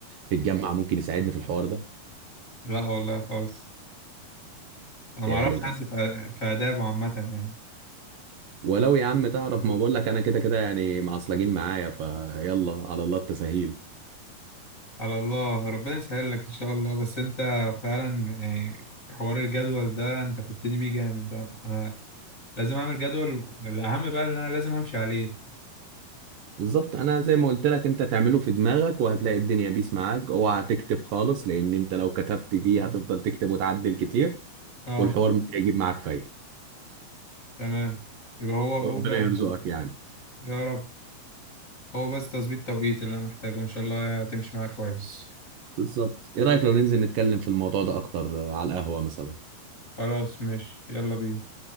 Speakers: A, on the right (about 70°); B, on the left (about 25°).
A: في الجامعة ممكن يساعدني في الحوار ده
B: لا والله خالص انا ما
A: يا
B: اعرفش
A: للاسف
B: حد في في آداب عامة يعني
A: ولو يا عم تعرف ما بقول لك انا كده كده يعني معصلجين معايا فيلا على الله التسهيل
B: على الله ربنا يسهل لك ان شاء الله بس انت فعلا يعني حوار الجدول ده انت فتني بيه جامد ده انا لازم اعمل جدول الاهم بقى اللي انا لازم امشي عليه
A: بالظبط انا زي ما قلت لك انت تعمله في دماغك وهتلاقي الدنيا بيس معاك اوعى تكتب خالص لان انت لو كتبت دي هتفضل تكتب وتعدل كتير
B: اه
A: والحوار مش هيجيب معاك فايدة
B: تمام يبقى هو هو
A: وربنا يرزقك يعني
B: يا رب هو بس تظبيط توقيت اللي انا محتاجه ان شاء الله هتمشي معاك كويس
A: بالظبط ايه رأيك لو ننزل نتكلم في الموضوع ده اكتر آه، على القهوة مثلا
B: خلاص ماشي يلا بينا